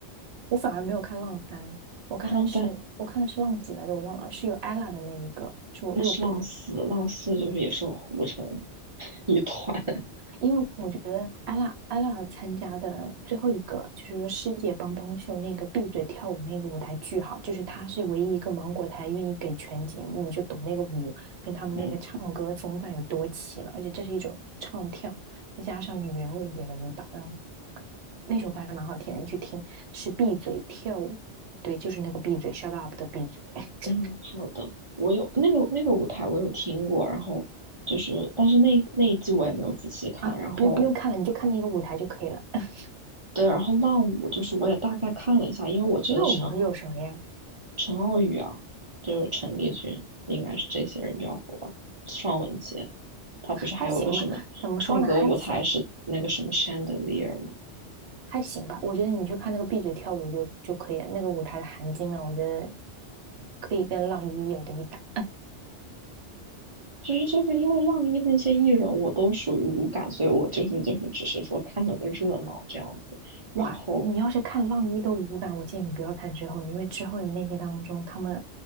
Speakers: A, on the right; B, on the right.
A: 我反而没有看浪三，我看的是我看的是浪几来着，
B: 哎，浪三
A: 我忘了，是有 ella 的那一个，是我恶补。
B: 那是浪四，浪四就是也是我糊成 <laughs> 一团。
A: 因为我觉得艾拉艾拉参加的最后一个就是说世界帮帮秀那个闭嘴跳舞那个舞台巨好，就是她是唯一一个芒果台愿意给全景，你就懂那个舞跟他们那个唱歌风范有多齐了，
B: 嗯
A: 而且这是一种唱跳，再加上女人味一点的舞蹈，然后那首歌还蛮好听的，你去听是闭嘴跳舞，对，就是那个闭嘴 shut up 的闭嘴 <laughs>
B: 嗯，好的。我有那个那个舞台我有听过，然后就是，但是那那一季我也没有仔细看。
A: 啊，
B: 然后
A: 不用不用看了，你就看那个舞台就可以了。<laughs>
B: 对，然后浪五就是我也大概看了一下，因为我觉得陈
A: 那我有什么呀？
B: 陈浩宇啊，就是陈丽君，应该是这些人比较火吧。尚雯婕，她不是还有个什么唱歌舞台是那个什么
A: 还行吧，怎么说呢？还行。
B: chandelier 吗？
A: 还行吧。我觉得你去看那个闭嘴跳舞就就可以了，那个舞台的含金量，我觉得可以跟浪一有的一搭。
B: 就是就是因为浪一那些艺人，我都属于无感，所以我就是就是只是说看了个热闹这样子。
A: 哇，
B: 然后
A: 你要是看浪一的舞感，我建议你不要看之后的，因为之后的那些当中，他们